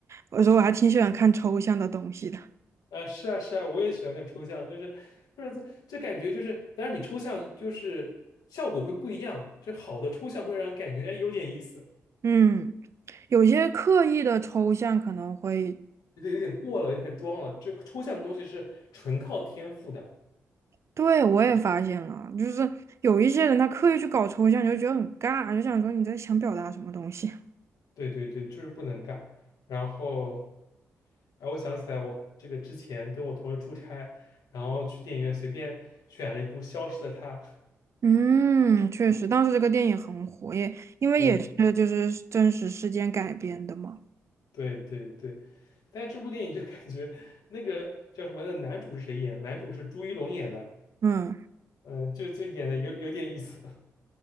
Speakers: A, on the right; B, on the left.
A: 我说我还挺喜欢看抽象的东西的。
B: 呃，是啊，是啊，我也喜欢看抽象，就是，就是这这感觉就是，当然你抽象就是效果会不一样，这好的抽象会让人感觉哎有点意思，
A: 嗯，有些刻意的抽象可能会，
B: 有点有点过了，有点装了。这抽象的东西是纯靠天赋的，
A: 对，我也发现了，就是有一些人他刻意去搞抽象，你就觉得很尬，就想说你在想表达什么东西。
B: 对对对，就是不能干。然后，哎，我想起来，我这个之前跟我同事出差，然后去电影院随便选了一部《消失的她》，
A: 嗯，确实，当时这个电影很火，也因为也是就是真实事件改编的嘛。
B: 嗯，对对对，但是这部电影就感觉那个叫什么，那个男主是谁演的男主是朱一龙演的。
A: 嗯。
B: 嗯，就就演的有有点意思。<laughs>